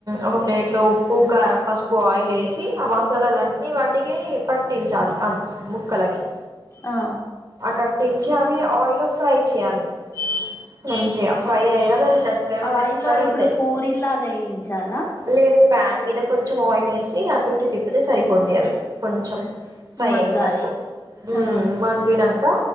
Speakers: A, on the right (about 40°); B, on the left (about 30°).
A: ఒక ప్లేట్ లో ఉప్ ఉప్పు కారం పసుపు ఆయిలేసీ ఆ మసాలాలన్నీ వాటికీ పట్టించాలి అమ్ ముక్కలకి
B: ఆ
A: అ కట్టిన్ అవి ఆయిల్ ఫ్రై చేయాలి మంచిగా ఫ్రై అయక దగ్గరగా
B: ఆయిల్లో
A: మెత్తగైతయ్
B: ఇప్పుడు పూరిల్లాగా వేయించాలా
A: లేదు ప్యాన్ మీద కొంచం ఆయిల్ ఏసి వేసి అటు ఇటు తిప్పితే సరిపోద్ది అవి కొంచెం ఫ్రైయయ్యే
B: మగ్గాలి
A: వరకు ఉమ్మ్
B: ఆహా
A: మగ్గినంక